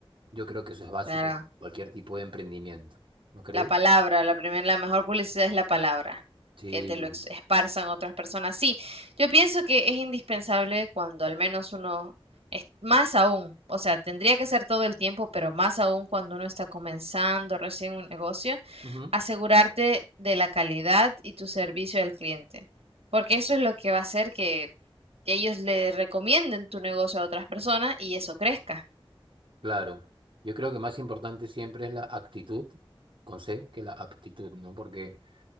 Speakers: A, on the right (about 60°); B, on the right (about 85°).
A: yo creo que eso es básico
B: Claro.
A: para cualquier tipo de emprendimiento, ¿no crees?
B: La palabra, la primera, la mejor publicidad es la palabra,
A: Sí,
B: que te lo ex- esparzan otras personas. Sí, yo pienso que es indispensable cuando al menos uno, es- más aún, o sea, tendría que ser todo el tiempo, pero más aún cuando uno está comenzando recién un negocio,
A: Ujú.
B: asegurarte de la calidad y tu servicio al cliente, porque eso es lo que va a hacer que ellos le recomienden tu negocio a otras personas y eso crezca.
A: Claro. Yo creo que más importante siempre es la actitud, con C, que la aptitud, ¿no? Porque,